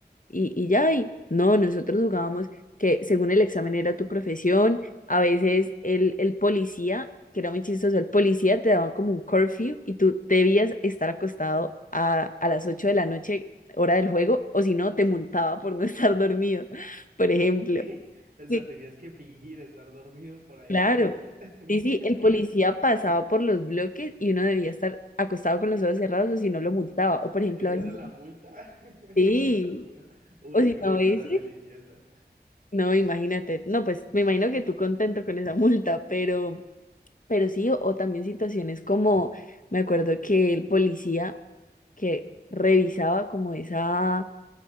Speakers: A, on the left; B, on the right.
A: y, y ya, y no, nosotros jugábamos que según el examen era tu profesión, a veces el, el policía, que era muy chistoso, el policía te daba como un curfew y tú debías estar acostado a, a las 8 de la noche, hora del juego, o si no, te multaba por no estar dormido, <laughs> por ejemplo.
B: ¿Eh? O sea,
A: Sí.
B: tenías que fingir estar dormido por ahí
A: Claro.
B: en la unidad. <laughs>
A: Sí, sí, el policía pasaba por los bloques y uno debía estar acostado con los ojos cerrados o si no lo multaba. O por ejemplo,
B: ¿Esa
A: a veces,
B: era la multa? <laughs>
A: sí,
B: Estar dormido. Uy,
A: o si
B: qué
A: no,
B: multa
A: a veces
B: tan deliciosa.
A: No, imagínate. No, pues me imagino que tú contento con esa multa, pero, pero sí, o, o también situaciones como, me acuerdo que el policía que revisaba como esa,